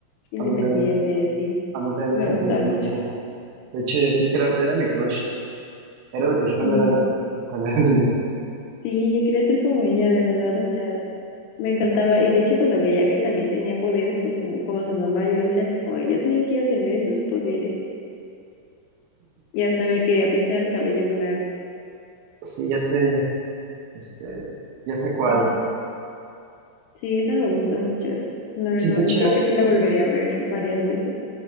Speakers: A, on the left; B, on the right.
A: independiente,
B: A mí también,
A: sí,
B: a mí también
A: y
B: se
A: me
B: me
A: gustaba
B: hacía bien
A: mucho.
B: bonita. De hecho, yo creo que era, era mi crush. Era mi crush cuando
A: Y
B: era, cuando era niño.
A: sí, yo quería ser como ella, de verdad, o sea, me encantaba. Y de hecho, cuando veía que también tenía poderes con su, como su mamá, yo decía así como, "Ay, yo también quiero tener esos poderes. Y hasta me quería pintar el cabello blanco.
B: Sí, ya sé, este, ya sé cuál.
A: Esa- sí, esa me gusta
B: Eh,
A: mucho. es- La
B: sí
A: verdad,
B: está
A: yo
B: chida,
A: creo que sí la volvería a ver varias veces.